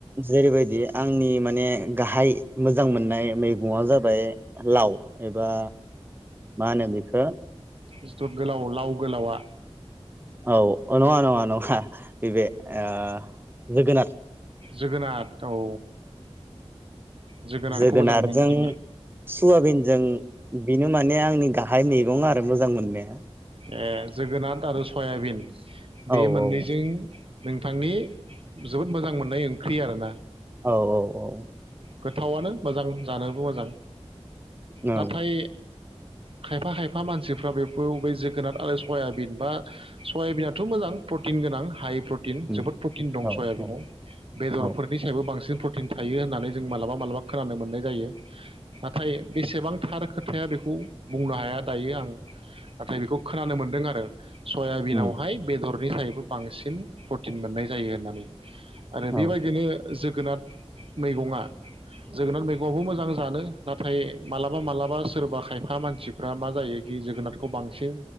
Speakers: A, on the right; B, on the right.
A: जेरैबायदि आंनि माने गाहाय मोजां मोननाय मैगङा जाबाय लाव। एबा माहोनो बेखो
B: जिथु गोलाव लाव गोलावा
A: औ अ नङा नङा नङा <unintelligible> नैबे ओ जोगोनाद।
B: जोगोनार औ जोगोनारखौ
A: जोगोनारजों
B: मोजां मोनो नोंथाङा
A: सुवाबिनजों बेनो माने आंनि गा हाय मेगं आरो मोजां मोननाया।
B: ए जोगोनाथ आरो सयाबिन। बे
A: औ
B: मोननैजों
A: औ
B: नोंथांनि जोबोद मोजां मोननाय ओंख्रि आरोना।
A: औ औ औ
B: गोथावनो मोजां जानोबो मोजां।
A: औ
B: नाथाय खायफा खायफा मानसिफ्रा बेखौ बै जों नाथ आरो सयाबिन बा सयाबिनाथ मोजां प्रटिन गोनां हाइ प्रट थिन
A: उम
B: जोबोद प्रटिन दं
A: औ
B: सयाबिनाव
A: औ
B: बेदरफोरनि
A: औ
B: सायाबो बांसिन प्रटिन थायो होननानै जों मालाबा मालाबा खोनानो मोननाय जायो। <unintelligible> नाथाय बेसेबांथार खोथाया बेखौ बुंनो हाया दायो आं नाथाय बेखौ खोनानो मोनदों आरो सयाबिनावहाय
A: उम
B: बेदर <unintelligible> फ्रायबो बांसिन प्रटिन मोननाय जायो होननानै आरो
A: औ
B: बेबायदिनो जों जोगोनाद मैगङा जोगोनार मैगङावबो मोजां जानो नाथाय मालाबा मालाबा सोरबा खायफा मानसिफ्रा मा जायोखि जोगोनारखौ बांसिन